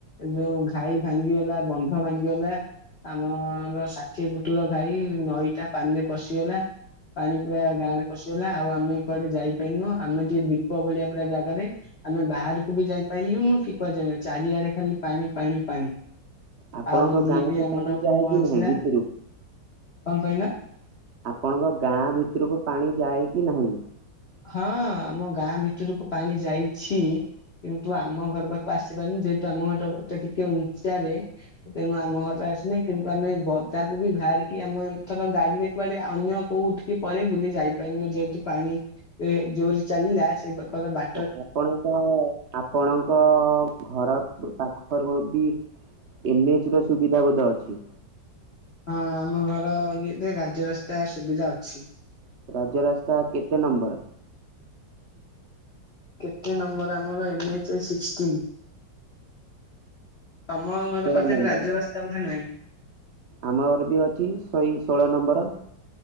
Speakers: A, on the left; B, on the right.
A: ଯୋଉ ଘାଇ ଭାଙ୍ଗିଗଲା ବନ୍ଧ ଭାଙ୍ଗିଗଲା ଆମର ଷାଠିଏ ପୁଟୁର ଭାଇ ନଈଟା ପାଣିରେ ପଶିଗଲା। ପାଣି ପୁରା ଗାଁ ରେ ପଶିଗଲା ଆଉ ଆମେ କୁଆଡେ ଯାଇପାରିନୁ ଆମେ ଟିକଏ ଦୀପ ଭଳିଆ ପୁରା ଜାଗାରେ ଆମେ ବାହାରକୁ ବି ଯାଇପାରିଲୁନୁ କି କୁହାଯା ଚାରିଆଡେ ଖାଲି ପାଣି ପାଣି ପାଣି।
B: ଆପଣଙ୍କ
A: ଆଉ ରିଲିଫ
B: ଗାଁ କ
A: ଆମର
B: ପାଣି ଯାଏ
A: ପହଞ୍ଚିଲା
B: କି ନାହିଁ ଭିତରକୁ?
A: କଣ କହିଲ?
B: ଆପଣଙ୍କ ଗାଁ ଭିତରକୁ ପାଣି ଯାଏ କି ନାହିଁ?
A: ହଁ ଆମ ଗାଁ ଭିତରକୁ ପାଣି ଯାଇଛି। କିନ୍ତୁ ଆମ ଘର ପାଖକୁ ଆସିପାରୁନି ଯେହେତୁ ଆମ ଘରଟା ଟିକେ ଉନ୍ଚାରେ ତେଣୁ ଆମ ଘର ପା କୁ ଆସିନାହିଁ କିନ୍ତୁ ଆମେ ବଧାକୁ ବି ବାହାରିକି ଆମେ ଥର ଗାଡିରେ କୁଆଡେ ଅନ୍ୟ କୋଉ ଉଠିକି ପରେ ବୁଲ ଯାଇପାରନୁ। ଯେହେତୁ ପାଣି ଏ ଜୋରିରେ ଚାଲିଲା ସେର ବା
B: ଓ ଆପଣଙ୍କ ଆପଣଙ୍କ ଘର ପାଖରୁ ବି ଏନ ଏଚ ର ସୁବିଧା ବୋଧେ ଅଛି।
A: ହଁ ଆମ ଘର ଇଏ ରାଜରାସ୍ତା ସୁବିଧା ଅଛି।
B: ରାଜରାସ୍ତା କେତେ ନମ୍ବର?
A: କେତେ ନମ୍ବର ଆମର ଏନ୍ ଏଚ ସିକ୍ଷ୍ଟିନ। ତମ ଘର
B: ଷୋହଳ
A: ପାଖରେ
B: ନମ୍ବର।
A: ରାଜରାସ୍ତା ବୋଧେ ନାହିଁ।
B: ଆମର ବି ଅଛି ଶହେ ଷୋହଳ ନମ୍ବର।